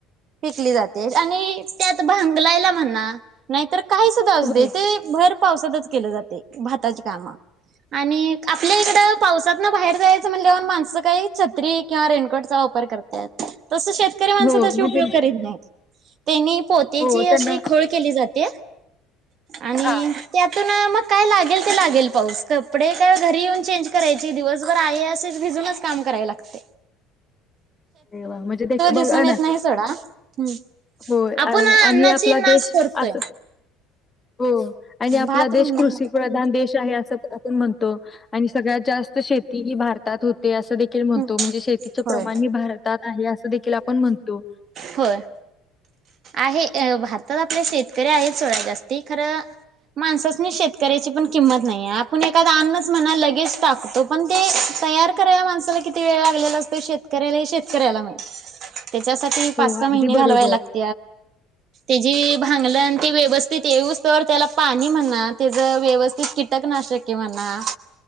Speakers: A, on the right; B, on the left.
A: पिकली जाते आणि त्यात भांगलायला म्हणा नाहीतर काही सुद्धा असू
B: हो
A: दे ते भर पावसातच केलं जातंय भाताची कामं आणि आपल्या इकडं पावसातनं बाहेर जायचं म्हणण्यावरंनं माणसं काही छत्री किंवा रेनकोटचा वापर पर करत्यात, तसं शेतकरी माणसं
B: हो
A: तशी
B: म्हणजे
A: उपयोग करीत नाहीत तेनी पोत्याची
B: हो त्यांना
A: अशी खोळ केली जात्या आणि
B: हा.
A: त्यातून मग
B: <unintelligible>
A: काय लागेल ते लागेल पाऊस कपडे काय घरी येऊन चेंज करायची दिवसभर आहे अशीच भिजूनच काम कराय लागतय
B: तेव्हा म्हणजे ते एक बघ
A: दिसून
B: ना
A: येत नाही सोडा. हम्म
B: होय
A: आपण अन्नाची
B: आणि आपला
A: नास
B: देश
A: करतोय
B: अस हो आणि आपला
A: भात
B: देश
A: म्हणा
B: कृषीप्रधान
A: हम्म
B: देश आहे असं आपण म्हणतो आणि सगळ्यात जास्त शेती ही भारतात होते असं देखील म्हणतो
A: हम्म
B: म्हणजे शेतीचं
A: होय.
B: प्रमाण हे भारत तात आहे अस देखील आपण म्हणतो
A: होय आहे भारतात आपले शेतकरी आहेत सोडा जास्ती खरं माणसासनी शेतकऱ्याची पण किंमत नाही आहे आपण एखादा अन्नच म्हणा लगेच टाकतो पण ते तयार करायला माणसाला किती वेळ लागलेला असतोय शेतकऱ्याला हे शेतकऱ्याला माहिती त्याच्यासाठी पाच
B: हो
A: सहा
B: अगदी
A: महिने घालवाय
B: बरोबर
A: लागतय तेजी भांगलन ते व्यवस्थित येवूस्त्वर त्याला पाणी म्हणा, तेज व्यवस्थित कीटकनाशक के म्हणा